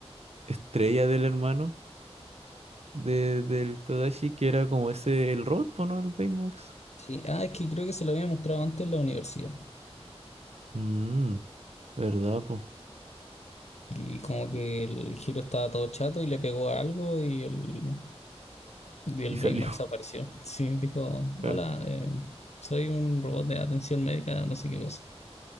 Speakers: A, on the right; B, on the left.
A: estrella del hermano de, del Tadashi, que era como ese, el robot, po, ¿no? El Baymax.
B: Sí, ah, es que creo que se lo había mostrado antes en la universidad.
A: Mmm, ¿verdad, po
B: Y como que
A: Y,
B: el giro estaba todo chato y le pegó a algo y el, Y el
A: y salió,
B: Baymax apareció. Sí, dijo, hola,
A: <laughs> ver-
B: eh, soy un robot de atención médica, no sé qué cosa.